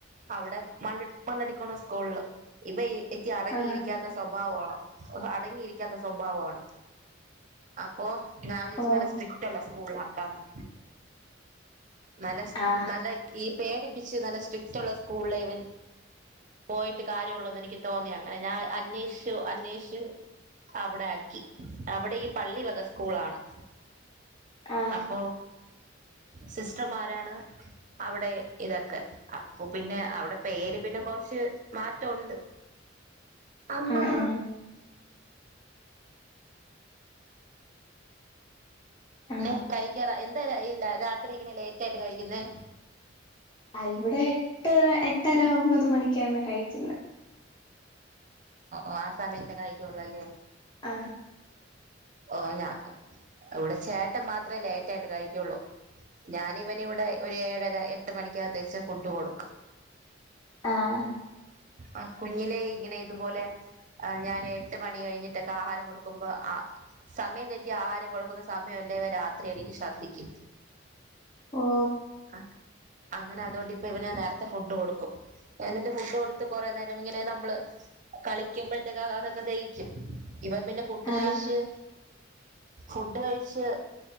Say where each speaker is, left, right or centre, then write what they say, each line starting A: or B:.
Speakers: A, on the right; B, on the left.
A: അവിടെ മണ്ണ് മണ്ണടിക്കോണ സ്കൂളില് ഇവൻ അടങ്ങിരിക്ക
B: ആ
A: ഇരിക്കാത്ത സ്വഭാവ അടങ്ങിയിരിക്കാത്ത സ്വഭാവാണ് അപ്പൊ ഞാൻ വിചാരിച്ചു
B: ഓ
A: നല്ല സ്ട്രിക്ട്ള്ള സ്കൂളി ആക്കാന്ന് നല്ല
B: ആ
A: നല്ല ഈ പേടിപ്പിച്ച് നല്ല സ്ട്രിക്റ്റ് ഉള്ള സ്കൂളിലെ ഇ വൻ പോയിട്ട് കാര്യമുള്ളൂന്ന് എനിക്ക് തോന്നി അങ്ങനെ ഞാൻ അന്വേഷിച്ചു അന്വേഷിച്ച് അവിടെ ആക്കി അവിടെ ഈ പള്ളി വക സ്കൂളാണ്
B: ആ
A: അപ്പൊ സിസ്റ്റർമാരാണ് അവിടെ ഇതൊക്കെ അപ്പൊ പിന്നെ അവിടെ പേര് പിന്നെ കൊറച്ച് മാറ്റണ്ട് അമ്മാ
B: ആ ആ
A: പിന്നെ
B: ആ
A: കഴിക്കാറ എന്താ രാത്രി ഇങ്ങനെ ലേറ്റ് ആയിട്ട് കഴിക്കുന്നെ
B: ആ ഇവിടെ എട്ട് എട്ടര ഒമ്പത് മണിക്കാണ് കഴിക്കുന്നെ
A: ഓ ആ സമയത്തെ കഴിക്കുള്ളല്ലേ
B: ആ
A: ഓ ഞാ ഇവിടെ ചേട്ടൻ മാത്രമേ ലേറ്റ് ആയിട്ട് കഴിക്കുള്ളൂ ഞാനിവന് ഇവിടെ ഒരു ഏഴര എട്ട് മണിക്കകത്തേച്ച് ഫുഡ് കൊടുക്കും
B: ആഹ
A: ആ കുഞ്ഞിലേ ഇങ്ങനെ ഇതുപോലെ ആ ഞാന് എട്ട് മണി കഴിഞ്ഞിട്ടക്കെ ആഹാരം കൊടുക്കുമ്പോ അ സമയം തെറ്റി ആഹാരം കൊടുക്കുന്ന സമയവല്ലേ ഇവൻ രാത്രി യെണീറ്റു ശർദ്ദിക്കും
B: ഓ
A: ആ അങ്ങനെ അതുകൊണ്ട് ഇപ്പൊ ഇവന് നേരത്തെ ഫുഡ് കൊടുക്കും എന്നിട്ട് ഫുഡ് കൊടുത്ത് കൊറേ നേരം ഇങ്ങനെ നമ്മള് കളിക്കുമ്പോഴത്തേക്ക് അതൊക്കെ ദഹിക്കും ഇവൻ പിന്നെ ഫുഡ്
B: ആ
A: കഴിച്ച് ഫുഡ് കഴിച്ച്